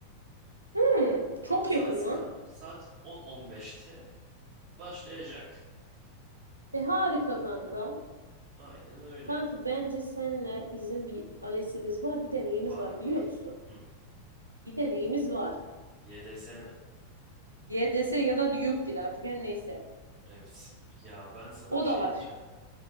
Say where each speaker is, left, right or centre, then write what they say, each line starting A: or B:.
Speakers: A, on the right; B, on the right.
A: Hmm, çok
B: 6
A: yakın
B: Haziran
A: lan.
B: saat on on beşte başlayacak.
A: E harika kanka.
B: Aynen öyle.
A: Kanki bence senle bizim bir alesimiz var bir de neyimiz
B: Var
A: var
B: var.
A: biliyor musun?
B: Hı.
A: Bir de neyimiz var.
B: YDS mi?
A: YDS ya da YÖKDİL artık her neyse.
B: Evet. Ya ben sana
A: O
B: bir şey
A: da var.
B: diyeceğim.